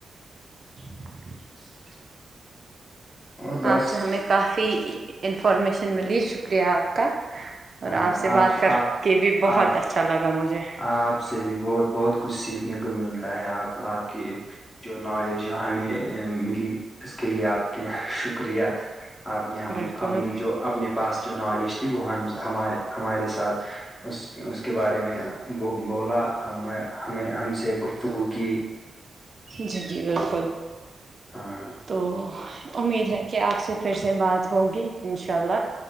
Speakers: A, on the right; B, on the left.
A: <inaudible>
B: اور بس
A: آپ سے ہمیں کافی انفارمیشن ملی شکریہ آپ کا اور
B: ہاں،
A: آپ سے بات کر
B: آپ
A: کے بھی بہت
B: آپ
A: اچھا لگا مجھے
B: آپ سے بھی بہت بہت کچھ سیکھنے کو ملتا ہے آپ آپ کی جو نالج ہو ہمیں ملی اس کے لیے آپ کے شکریہ آپ نے ہم
A: بالکل
B: اپنے جو اپنے پاس جو نالج تھی وہ ہمار ہمارے ساتھ اس اس کے بارے میں بولا ہمیں ہمیں ہم سے گفتگو کی
A: جی جی بالکل
B: ہاں
A: تو امید ہے کہ آپ سے پھر سے بات ہوگی ان شاء اللہ